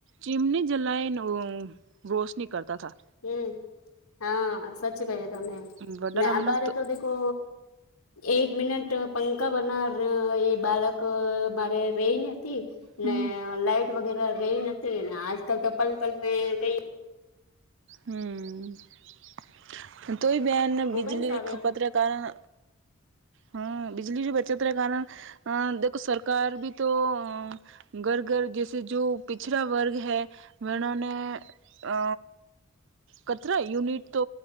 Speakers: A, on the right; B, on the left.
A: ચિમની જલાયન રોશની કરતા હતા
B: હમ હા સચ કહી તમે
A: ઇન્વર્ટર
B: ને
A: અમનક
B: આ બારે તો દખો એક મિનિટ પંખા બનાર એ બાળક મારે રેને
A: હમ
B: ને લાઈટ વગેરે રહી નથી ને આજકાલ તો પલપલ કઈ
A: હમ તોય બેહેન
B: મોબાઈલ્સ
A: બીજલી
B: આવે
A: ખપતના કારણ હમ બિજલીની બચતના કારણ અ દખો સરકાર ભી તો અ ઘર ઘર જૈસે જો પિછડાા વર્ગ હૈ એને અ કતરા યુનિટ તો